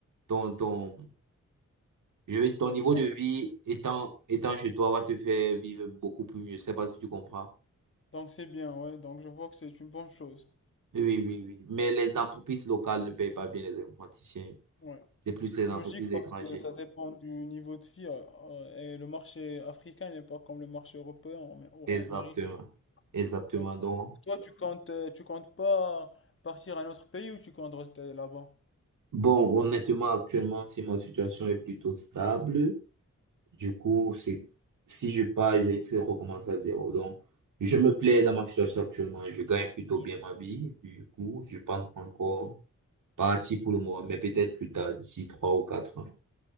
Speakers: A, on the right; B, on the left.
A: ton, ton, Je vais, ton niveau
B: Donc
A: de vie
B: c'est
A: étant, étant chez toi va te faire vivre beaucoup plus mieux. Je sais pas si tu comprends.
B: donc c'est bien, ouais, donc je vois que c'est une bonne chose.
A: Oui, oui, oui. oui. Mais les entreprises locales ne payent pas bien les informaticiens.
B: Ouais.
A: C'est plus les entreprises
B: Logique
A: étrangères.
B: parce que ça dépend du niveau de vie euh, euh, et le marché africain n'est pas comme le marché européen ou amé- ou
A: Exactement.
B: américain.
A: Exactement.
B: Ouais.
A: Donc,
B: Toi, tu comptes, euh, tu comptes pas partir à un autre pays ou tu comptes rester là-bas?
A: bon, honnêtement, actuellement, si ma situation est plutôt stable, du coup, c'est, si je pars, je risque de recommencer à zéro. Donc, je me plais
B: D'a-
A: dans ma situation actuellement. Je gagne plutôt
B: Oui.
A: bien ma vie. Du coup, je pense pas encore parti pour
B: Oui.
A: le moment, mais peut-être plus tard, d'ici trois ou quatre ans.